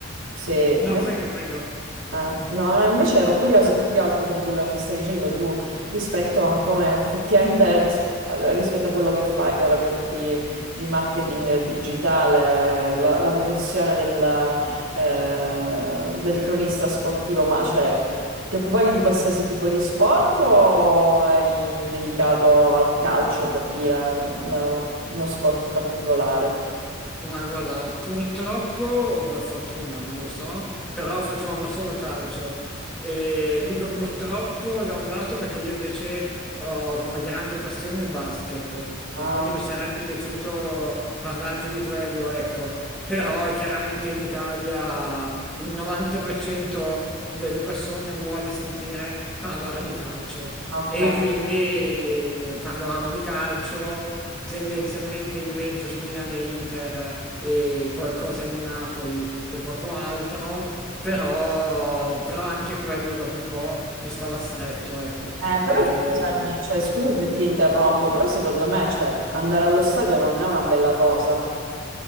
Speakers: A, on the right; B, in the centre.
A: se,
B: No,
A: ma-
B: prego, prego.
A: eh, no, eh, invece ero curiosa più che altro di quello che mi stai dicendo tu rispetto a come effettivamente ris- rispetto a quello che fai, che ora ti occupi di marketing digitale, la, la professione del, eh, del cronista sportivo, ma cioè ti occupavi di qualsiasi tipo di sport o eri dedicato al calcio, per dire una- uno sport particolare?
B: Ma guarda, purtroppo o per fortuna, non lo so, però facevamo solo calcio. E dico purtroppo da un lato perché io invece ho come grande passione il basket e
A: Ah,
B: quindi mi sarebbe piaciuto parlare più di quello, ecco. Però eh, chiaramente in Italia il 90% delle persone vuole sentire parlare di calcio.
A: ok.
B: E quindi parlavamo di calcio, tendenzialmente Juventus, Milan e Inter eh, e qualcosa di Napoli e poco altro, però, però anche quello dopo un po' mi stava stretto, ecco.
A: Eh, però
B: E,
A: scusami, cioè, scusa
B: sì.
A: se ti interrompo, però secondo me, cioè, andare allo stadio non è una bella cosa.